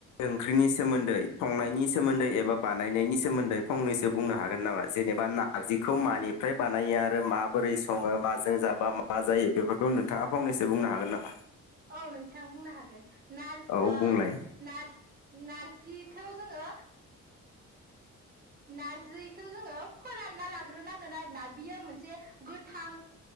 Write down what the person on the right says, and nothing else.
औ नोंथां बुंनो हागोन। नार्स
नार नारसि खौ जोङो नारजिखौ जोङो फोरानना लाग्रोनांगोन आरो ना बियो मोनसे गोथां